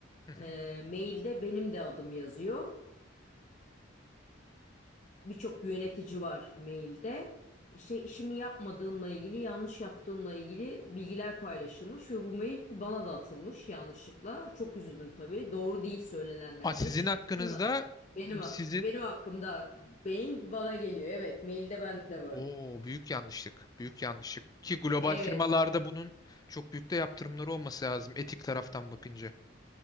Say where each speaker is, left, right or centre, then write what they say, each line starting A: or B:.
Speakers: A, on the left; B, on the left.
A: hı hı.
B: Eee mailde benim de adım yazıyor birçok yönetici var mailde. İşte işimi yapmadığımla ilgili, yanlış yaptığımla ilgili bilgiler paylaşılmış ve bu mail bana da atılmış yanlışlıkla. Çok üzüldüm tabii. Doğru değil söylenenler
A: Aa, sizin
B: de. Çıktısını
A: hakkınızda
B: benim
A: sizin
B: benim hakkımda mail bana geliyor. Evet, mailde ben de varım.
A: o büyük yanlışlık, büyük yanlışlık ki global
B: Evet.
A: firmalarda bunun çok büyük de yaptırımları olması lazım etik taraftan bakınca.